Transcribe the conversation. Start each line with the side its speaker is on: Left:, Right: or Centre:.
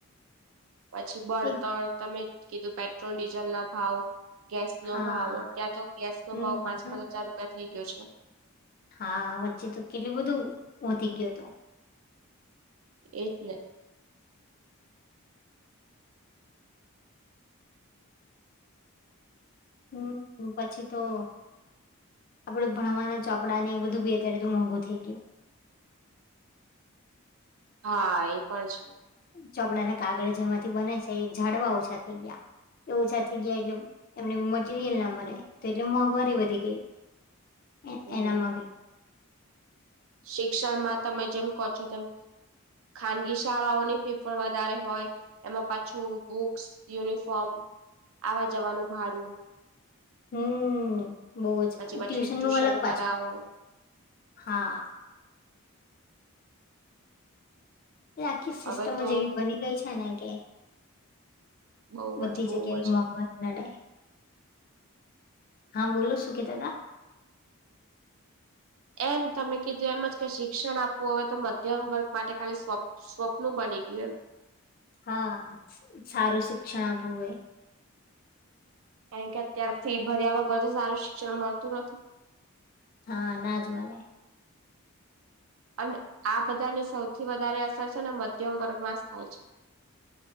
Right: પછી બળતણ
Left: એ
Right: તમે કેધું પેટ્રોલ ડીઝલના ભાવ ગેસનો
Left: હા
Right: ભાવ અત્યાર તો ગેસનો
Left: હમ
Right: ભાવ પાંચ પાંચ હજાર રૂપિયા થઈ ગયો છે.
Left: હા, વચ્ચે તો કેટલું બધું વધી ગ્યો તો.
Right: એજ ને.
Left: હમ્મ, પછી તો આપડે ભણવાના ચોપડાને એ બધું બી અત્યારે તો મોંઘું થઈ ગયું.
Right: હા, એ પણ છે.
Left: ચોપડાને કાગળ જેમાંથી બને છે એ ઝાડવા ઓછા થઈ ગ્યા. એ ઓછા થઇ ગ્યા એટલે એમને મટીરિયલ ન મળે તો એટલે મોંઘવારી વધી ગઈ. એ
Right: હમ
Left: એનામા ભી
Right: શિક્ષણમાં તમે જેમ કો છો તેમ ખાનગી શાળાઓની ફી પણ વધારે હોય એમાં પાછું બુક્સ, યુનિફોર્મ આવા જવાનું ભાડું
Left: હમ્મ. હમ બોવ જ.
Right: પછી
Left: ટ્યુશનનું
Right: પછી ટ્યુશન
Left: અલગ પાછું.
Right: કરાવો
Left: હા. એ આખી સિસ્ટમ
Right: હવે તો
Left: જ એવી બની ગઈ છે ને કે
Right: બહુ
Left: બધી
Right: જ બહુ
Left: જગ્યાએ
Right: જ
Left: મોંઘવારી નડે. હા બોલો શું કેહતા તા?
Right: એમ તમે કીધું એમ જ શિક્ષણ આપવું હોય તો મધ્યમ વર્ગ માટે ખાલી સ્વ સ્વપ્નું બન થઈ ગયું એમ.
Left: હા, સારું શિક્ષણ આપવું હોય.
Right: કારણ કે અત્યારે ફી ભર્યા વગર તો સારું શિક્ષણ મળતું નથી.
Left: હા, નાજ મલે.
Right: અને આ બધાની સૌથી વધારે અસર છે ને મધ્યમ વર્ગમાં જ થાય છે.